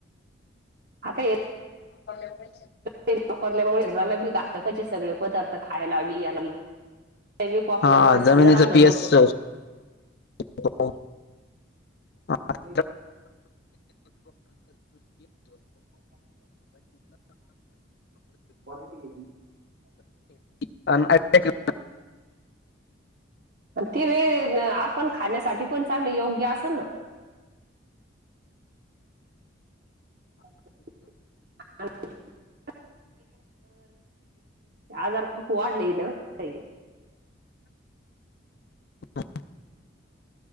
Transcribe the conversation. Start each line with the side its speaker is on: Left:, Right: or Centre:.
Right: आता येत
Left: <unintelligible>
Right: तेल वापरल्यामुळे <inaudible> सगळे पदार्थ खाय लागली याय लाग सैविक वापरल्यामुळे
Left: हा जमिनीचा
Right: सगळं चांगलं
Left: पीएच
Right: राहु
Left: असतो.
Right: शकत
Left: <unintelligible>
Right: <inaudible> हो क्वालिटी येतं
Left: <inaudible>
Right: ते वेळ आपण खाण्यासाठी पण चांगल योग्य असल ना <unintelligible> आजार खूप वाढले इथ ताई
Left: <unintelligible>